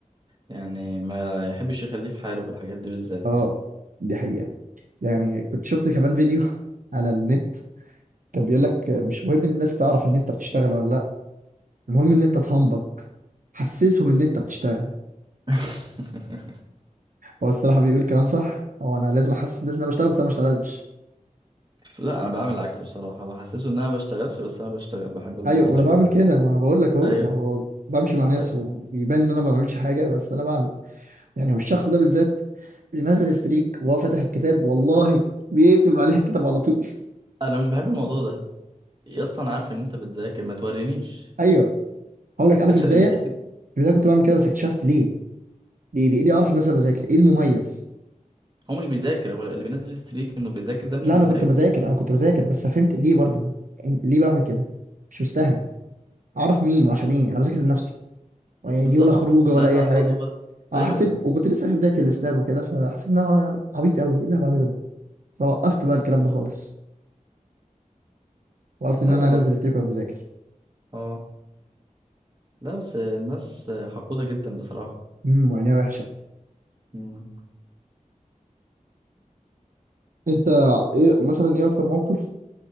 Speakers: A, on the right; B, on the right.
A: يعني ما يحبش يخليه في حاله في الحاجات دي بالذات
B: اه دي حقيقه يعني كنت شفت كمان فيديو على النت كان بيقول لك مش مهم ان الناس تعرف ان انت بتشتغل ولا لا المهم ان انت تهنبك حسسهم ان انت بتشتغل
A: <laughs>
B: هو الصراحه بيقول كلام صح هو انا لازم احسس الناس ان انا بشتغل بس انا ما اشتغلش
A: لا انا بعمل العكس بصراحه بحسسه ان انا ما بشتغلش بس انا بشتغل بحب الموضوع
B: ايوه ما
A: ده
B: انا
A: جدا
B: بعمل كده ما أنا بقول لك اهو
A: ايوه
B: ب- ب- بمشي مع ناس
A: ايوه
B: ويبان ان انا ما بعملش حاجه بس انا بعمل يعني هو الشخص ده بالذات بينزل ستريك وهو فاتح الكتاب والله بيقفل بعدها الكتاب على طول
A: انا مش بحب الموضوع ده يا اسطى انا عارف ان انت بتذاكر ما تورينيش
B: <laughs> ايوه هقول لك انا في
A: <laughs>
B: البدايه
A: ليه؟
B: في البدايه كنت بعمل كده بس اكتشفت ليه ليه ليه, ليه اعرف الناس انا بذاكر ايه المميز
A: هو مش بيذاكر هو اللي بينزل ستريك انه بيذاكر ده مش
B: لا
A: بيذاكر
B: انا كنت بذاكر انا كنت بذاكر بس فهمت ليه برضه إن- ليه بعمل كده مش مستاهله اعرف مين وعشان ايه انا بذاكر لنفسي يعني
A: بالظبط
B: دي ولا خروجه
A: ده
B: ولا
A: اللي
B: اي
A: اقصده
B: حاجه
A: بقى
B: اه
A: ايوه
B: حسيت وكنت لسه في بدايه السناب وكده فحسيت ان انا عبيط قوي ايه اللي انا بعمله ده فوقفت بقى الكلام ده خالص وقفت
A: لا
B: ان انا
A: و...
B: انزل ستريك وانا بذاكر
A: اه لا بس الناس حقودة جدا بصراحة
B: امم وعينيها وحشه
A: مم.
B: انت ايه مثلا ايه اكتر موقف